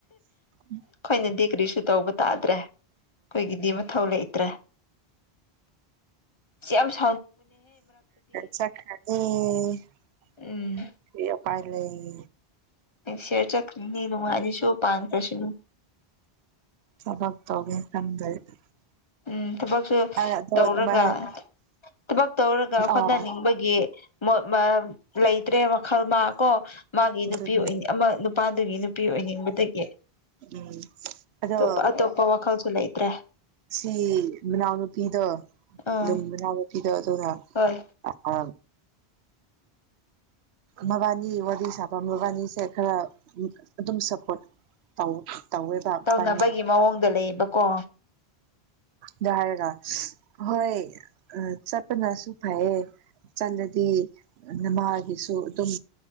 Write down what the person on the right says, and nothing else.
ꯎ
ꯆꯠꯈꯔ꯭ꯥꯅꯤ
ꯄꯥꯏ ꯂꯩ
ꯊꯕꯛ <unintelligible>
ꯑꯗꯣ
ꯑꯗꯨꯃꯥꯏ ꯍꯥꯏ
ꯑꯥ
ꯑꯗꯨꯅꯦ
ꯎꯝ ꯑꯗꯣ
ꯁꯤ ꯃꯅꯥꯎꯅꯨꯄꯤꯗꯣ
ꯑꯗꯨꯝ ꯃꯅꯥꯎꯅꯨꯄꯤꯗꯣ ꯑꯗꯨꯅ
ꯑ ꯃꯕꯥꯅꯤ ꯋꯥꯔꯤ ꯁꯥꯕ ꯃꯕꯥꯅꯤꯁꯦ ꯈꯔ ꯑꯗꯨꯝ ꯁꯄꯣꯔꯠ ꯇꯧ ꯇꯧꯋꯦꯕ ꯏꯕꯥꯅꯤ
ꯑꯗꯨ ꯍꯥꯏꯔꯒ ꯍꯣꯏ ꯆꯠꯄꯅꯁꯨ ꯐꯩꯌꯦ ꯆꯠꯂꯗꯤ ꯅꯃꯥꯒꯤꯁꯨ ꯑꯗꯨꯝ